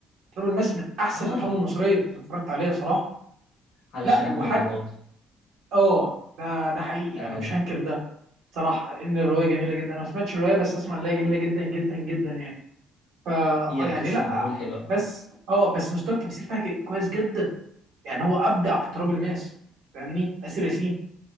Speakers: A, on the right; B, on the left.
A: تراب الماس من احسن
B: اه
A: الافلام المصريه اللي اتفرجت عليها صراحه
B: علشان
A: لا
B: احمد
A: وحتى
B: مراد
A: اه ده ده حقيقي
B: امانه
A: انا مش هنكر ده صراحه ان الروايه جميله جدا انا ما سمعتش الروايه بس اسمع ان هي جميله جدا جدا جدا يعني فا
B: هي
A: اه
B: القصه
A: يعني لا
B: معموله حلوه أوي.
A: بس اه بس مستوى التمثيل فيها ك- كويس جدا يعني هو ابدع في تراب الماس فاهمني اسر ياسين